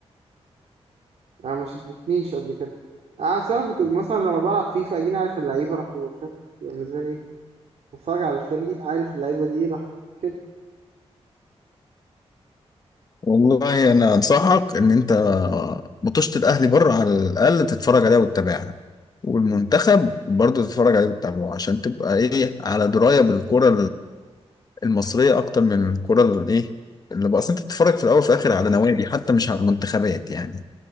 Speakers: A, on the right; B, on the left.
A: يعني ما شدتنيش قبل كده انا أصل انا كنت مثلا لما بلعب فيفا اديني عارف اللعيبه راح ببقى فاهم بيبقى بالنسبه لي ايه بتفرج على الفريق عارف اللعيبه دي راح كده
B: والله انا انصحك ان انت مطوشه الاهلي بره على الاقل تتفرج عليها وتتابعها والمنتخب برضه تتفرج عليه وتتابعه عشان تبقى ايه على درايه بالكره المصريه اكتر من الكره الايه اللي بقى أصل انت بتتفرج في الاول وفي الاخر على نوادي حتى مش على منتخبات يعني